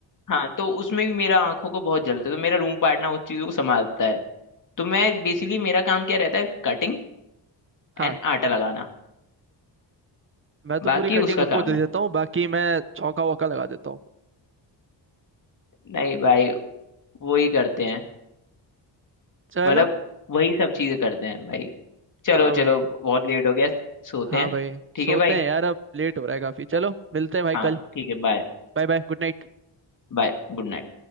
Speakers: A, on the left; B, on the right.
A: हाँ तो उसमें भी मेरा आंखों को बहुत जलता है तो मेरा रूम पार्टनर उस चीजों को संभालता है तो मैं बेसिकली मेरा काम क्या रहता है कटिंग
B: हाँ
A: एंड आटा लगाना
B: मैं तो
A: बाकी
B: पूरी कटिंग
A: उसका
B: उनको
A: काम
B: दे
A: है
B: देता हूँ बाकी मैं छौका वौका लगा देता हूँ
A: नहीं भाई वही करते हैं
B: चलो
A: मतलब वही सब चीजें करते हैं भाई चलो
B: हाँ
A: चलो
B: भाई
A: बहुत लेट हो गया सोते
B: हाँ
A: हैं
B: भाई
A: ठीक
B: सोते
A: है भाई
B: हैं यार अब लेट हो रहा है काफी चलो मिलते हैं भाई
A: हाँ
B: कल
A: ठीक है बाय
B: Bye bye good night
A: Bye good night